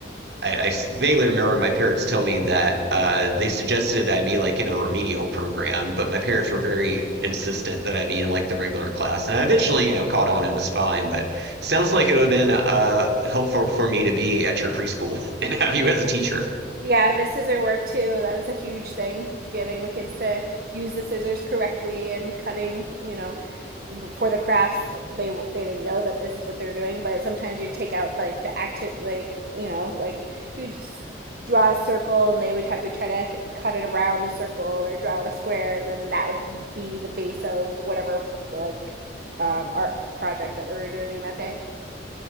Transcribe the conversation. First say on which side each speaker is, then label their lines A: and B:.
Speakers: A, on the right; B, on the right.
A: I, I vaguely remember my parents telling me that uh, they suggested I be like in a remedial program, but my parents were very insistent that I be in like the regular class. And I eventually, you know, caught on and was fine. But sounds like it would have been uh, helpful for me to be at your preschool <laughs> and have you as a teacher.
B: Yeah, the scissor work too. That was a huge thing, to getting the kids to use the scissors correctly and cutting. You know, for the crafts, they they didn't know that this is what they're doing. But sometimes you take out like the active, like you know, like you just draw a circle, and they would have to try to cut it around the circle or draw the square, and then that would be the base of whatever like um, art project that we were doing that day.